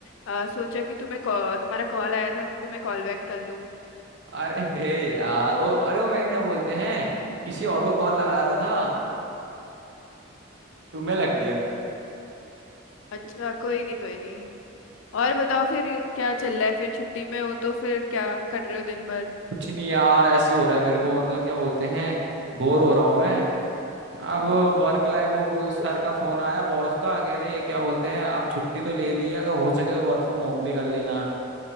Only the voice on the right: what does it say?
अरे हे यार ओ अरे वो मैं क्या बोलते हैं किसी और को कॉल लगा रहा था तुम्हें लग गया
कुछ नहीं यार ऐसी हो रहा है मेरे को मतलब क्या बोलते हैं बोर हो रहा हूँ मैं अब
वर्क लाइफ वो सर का फोन आया बॉस का कह रहे क्या बोलते हैं आप छुट्टी तो ले लिए अगर हो सके तो वर्क फ्रॉम होम भी कर लेना